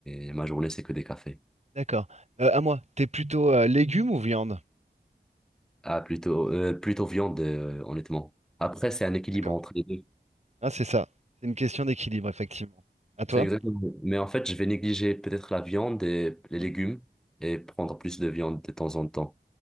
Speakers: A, in the centre; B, on the right.
A: et ma journée, c'est que des cafés.
B: D'accord. Euh, à moi, t'es plutôt euh, légumes ou viande?
A: Ah, plutôt, euh, plutôt viande, euh, honnêtement. Après, c'est un équilibre
B: D'accord.
A: entre les deux.
B: Ah, c'est ça. C'est une question d'équilibre, effectivement. À toi?
A: C'est exactement. Mais en fait, je vais négliger peut-être la viande et les
B: Mm.
A: légumes et prendre plus de viande de temps en temps.